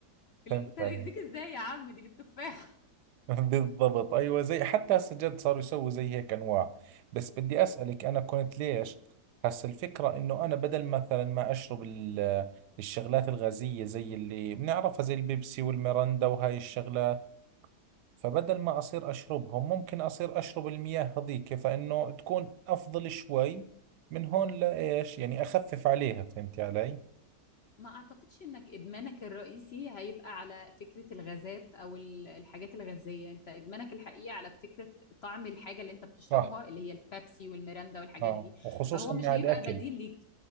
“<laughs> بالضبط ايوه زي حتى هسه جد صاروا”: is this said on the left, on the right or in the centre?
Right